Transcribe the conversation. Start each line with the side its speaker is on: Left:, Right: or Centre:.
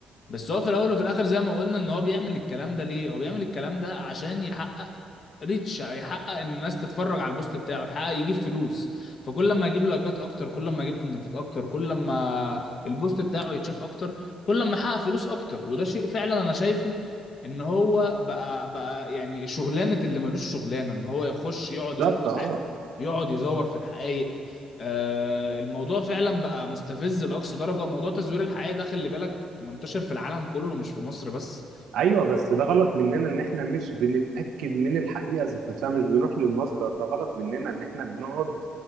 Left: بس هو في الاول وفي الاخر زي ما قلنا ان هو بيعمل الكلام ده ليه هو بيعمل الكلام ده عشان يحقق ريتش يحقق ان الناس تتفرج على البوست بتاعه يحقق يجيب فلوس فكل ما يجيب لايكات اكتر كل ما يجيب كومنتات اكتر كل ما البوست بتاعه يتشاف اكتر كل ما يحقق فلوس اكتر وده شيء فعلا انا شايفه ان هو بقى بقى يعني شغلانه اللي ملوش شغلانه ان هو يخش يقعد
Right: بالظبط
Left: يقول
Right: اه
Left: يقعد يزور في الحقائق آه، الموضوع فعلا بقى مستفز لأقصى درجة موضوع تزوير الحقائق ده خلي بالك منتشر في العالم كله مش في مصر بس
Right: أيوه بس ده غلط مننا إن إحنا مش بنتأكد من الحقيقة ذات نفسها مش بنروح للمصدر ده غلط مننا إن إحنا بنقعد